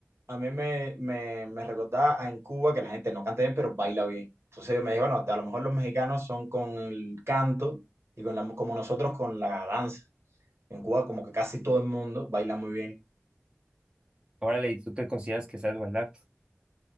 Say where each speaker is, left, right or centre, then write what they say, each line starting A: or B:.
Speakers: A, on the right; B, on the right.
A: a mí me, me, me recordaba a en Cuba que la gente no canta bien, pero baila bien. Entonces me dije, bueno, a lo mejor los mexicanos son con el canto y con la, como nosotros con la danza. En Cuba como que casi todo el mundo baila muy bien.
B: órale, ¿y tú te consideras que sabes bailar?